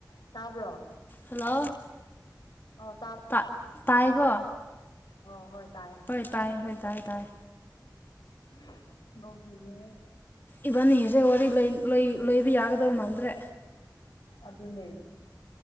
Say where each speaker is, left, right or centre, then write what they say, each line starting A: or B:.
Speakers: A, on the left; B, on the left.
A: <unintelligible> ꯇꯥꯕ꯭ꯔꯣ
B: ꯍꯜꯂꯣ
A: ꯑꯧ
B: ꯇ-ꯇꯥꯏꯌꯦꯀꯣ
A: ꯑꯣ ꯍꯣꯏ ꯇꯥꯏꯌꯦ
B: ꯍꯣꯏ ꯇꯥꯏꯌꯦ ꯍꯣꯏ ꯇꯥꯌꯦ ꯇꯥꯌꯦ
A: <unintelligible> ꯅꯣꯡ ꯆꯨꯏꯌꯦ
B: ꯏꯕꯥꯟꯅꯤꯒꯤꯁꯦ ꯋꯥꯔꯤ ꯂꯩ ꯂꯣꯏ ꯂꯣꯏꯕ ꯌꯥꯒꯗꯧ ꯃꯥꯟꯗ꯭ꯔꯦ
A: ꯑꯗꯨꯅꯦ